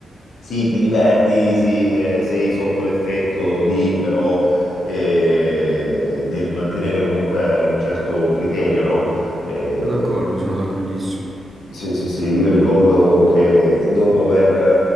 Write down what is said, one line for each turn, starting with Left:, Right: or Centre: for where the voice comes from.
Left: sì, ti diverti, sì, eh, sei sotto l'effetto di, però eh, devi mantenere comunque un certo criterio, no? Eh,
Right: Sono d'accordo, sono d'accordissimo.
Left: sì, sì, sì, io ricordo che dopo aver